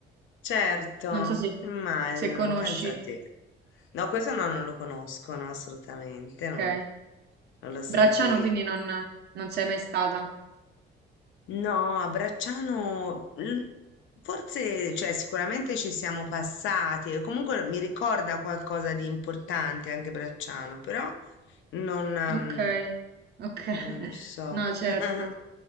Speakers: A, on the left; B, on the right.
A: Certo,
B: Non so se,
A: immagino,
B: se conosci,
A: pensa a te. No, questo no, non lo conoscono assolutamente, non,
B: ok.
A: non lo sapevo.
B: Bracciano quindi non, non sei mai stata.
A: No, a Bracciano, l- forse, cioè, sicuramente ci siamo passati, e comunque mi ricorda qualcosa di importante anche Bracciano, però non, ehm,
B: Ok, ok. <laughs>
A: non lo so.
B: No, certo.
A: <laughs>